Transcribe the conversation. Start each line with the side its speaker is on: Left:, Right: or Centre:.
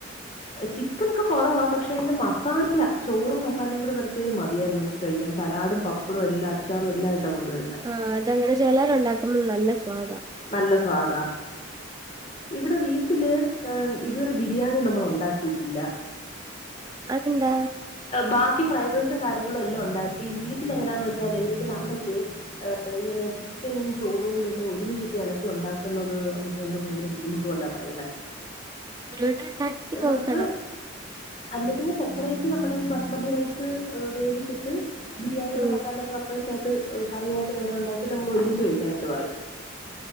Left: ചിക്കനൊക്കെ കൊറവാ പക്ഷെ അയിന്റെ മസാല ചോറും മസാലയും കൂടെ പരട്ടിയത് മതിയായ്രുന്നു നമുക്ക് കഴിക്കാൻ സലാഡും പപ്പ അപ്പളും എല്ല അച്ചാറും എല്ലയിട്ട കൊണ്ട് വര്ന്നെ
Right: ആഹ് അതെങ്ങനെ ചെലര്ണ്ടാക്കുമ്പൊ നല്ല സ്വാദ
Left: നല്ല സ്വാദാ ഇവിടെ വീട്ടില് ഏഹ് ഇത് വരെ ബിരിയാണി നമ്മളുണ്ടാക്കിയിട്ടില്ല
Right: അതെന്താ
Left: ബാക്കി ഫ്രൈഡ് റൈസും കാര്യങ്ങളും എല്ലാം ഉണ്ടാക്കി വീട്ടിലെങ്ങനാന്ന് വെച്ചാല് വീട്ടില് അമ്മയ്ക്ക് ഏഹ് ഇങ്ങനെ ചിക്കനും ചോറും കൂടി എല്ല ഒരുമിച്ചിട്ട് എളക്കി ഉണ്ടാക്ക്ന്നത് അമ്മക് ന്തൊ ഭയങ്കര ബുദ്ധിമുട്ട് പോല പറയ്ന്നെ
Right: ഒരു വട്ടം ഉണ്ടാക്കി നോക്കണം
Left: നമുക്ക് അല്ലെ പിന്നെ സപ്പറയ്റ്റ് നമ്മ്ടെ ഈ ബസ്മതി റൈസ് വേവിച്ചിട്ട് ബിരിയാണിടെ
Right: ഉം
Left: മസാല സപ്പറയ്റ്റായിട്ട് കറിയായാട്ട് വേറെ ഉണ്ടാക്കീട്ട് നമ്മളൊരുമിച്ച് കഴിക്കാനായ്ട്ട് പറയും